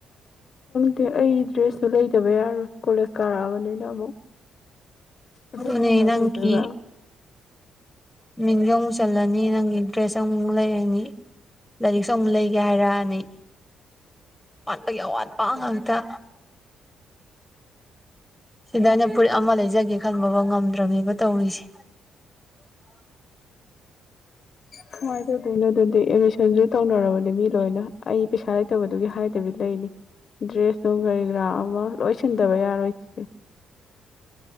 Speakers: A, on the left; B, in the centre.
A: ꯑ ꯑꯩ ꯗ꯭ꯔꯦꯁꯇꯨ ꯂꯩꯗꯕ ꯌꯥꯔꯣꯏ ꯀꯣꯂꯦꯖ ꯀꯥꯔꯛꯑꯕꯅꯤꯅ ꯑꯃꯨꯛ ꯑꯗꯨꯅ
B: ꯑꯗꯨꯅꯦ
A: ꯀꯃꯥꯏꯅ
B: ꯅꯪꯒꯤ
A: ꯇꯧꯗꯣꯏꯕ
B: ꯃꯤꯡꯖꯨ ꯑꯃꯨꯛ ꯆꯜꯂꯅꯤ ꯅꯪꯒꯤ ꯗ꯭ꯔꯦꯁ ꯑꯃꯨꯛ ꯂꯩꯔꯅꯤ ꯂꯥꯏꯔꯤꯛꯁꯨ ꯑꯃꯨꯛ ꯂꯩꯒꯦ ꯍꯥꯏꯔꯛꯑꯅꯤ ꯑꯋꯥꯠꯄꯒꯤ ꯑꯋꯥꯠꯄ ꯉꯥꯛꯇ ꯁꯤꯗꯅ ꯐꯨꯔꯤꯠ ꯑꯃ ꯂꯩꯖꯒꯦ ꯈꯟꯕ ꯉꯝꯗ꯭ꯔꯕꯅꯦꯕ ꯇꯧꯔꯤꯁꯦ
A: ꯀꯃꯥꯏꯅ ꯇꯧꯗꯣꯏꯅꯣ ꯑꯗꯨꯗꯤ ꯑꯦꯠꯃꯤꯁꯟꯁꯨ ꯇꯧꯅꯔꯕꯅꯦ ꯃꯤ ꯂꯣꯏꯅ ꯑꯩ ꯄꯩꯁꯥ ꯂꯩꯇꯕꯗꯨꯒꯤ ꯍꯥꯏꯗꯕꯤ ꯂꯩꯅꯤ ꯗ꯭ꯔꯦꯁꯅꯨꯡ ꯀꯔꯤ ꯀꯔꯥ ꯑꯃ ꯂꯣꯏꯁꯤꯟꯗꯕ ꯌꯥꯔꯣꯏ ꯆꯦ